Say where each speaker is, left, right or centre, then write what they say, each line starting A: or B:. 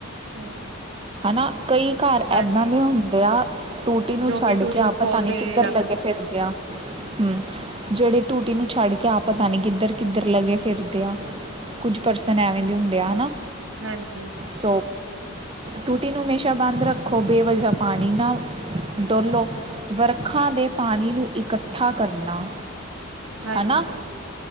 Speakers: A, on the right; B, on the right.
A: ਹੂੰ,
B: ਹੈਨਾ, ਕਈ ਘਰ
A: ਹਾਂਜੀ
B: ਏਦਾਂ ਦੇ ਹੁੰਦੇ ਆ। ਟੂਟੀ ਨੂੰ
A: ਜੋ
B: ਛੱਡ
A: ਕਿ ਟੂਟੀ
B: ਕੇ
A: ਨੂੰ
B: ਆਪ
A: ਖੋਲਦੇ
B: ਪਤਾ ਨੀ ਕਿੱਦਰ
A: ਰੱਖਦੇ
B: ਲੱਗੇ ਫਿਰਦੇ ਆ, ਹੂੰ। ਜੇੜੇ ਟੂਟੀ ਨੂੰ ਛੱਡ ਕੇ ਆਪ ਪਤਾ ਨੀ ਕਿੱਦਰ, ਕਿੱਦਰ ਲੱਗੇ ਫਿਰਦੇ ਆ। ਕੁਛ ਪਰਸਨ ਐਵੇਂ ਦੇ ਹੁੰਦੇ ਆ, ਹੈਨਾ।
A: ਹਾਂਜੀ।
B: ਸੋ ਟੂਟੀ ਨੂੰ ਹਮੇਸ਼ਾ ਬਾੰਦ ਰੱਖੋ, ਬੇਵਜਾ ਪਾਣੀ ਨਾ ਡੋਲੋ, ਵਰਖਾਂ ਦੇ ਪਾਣੀ ਨੂੰ ਇਕੱਠਾ ਕਰਨਾ
A: ਹਾਂਜੀ,
B: ਹਨਾ,
A: ਹਾਂ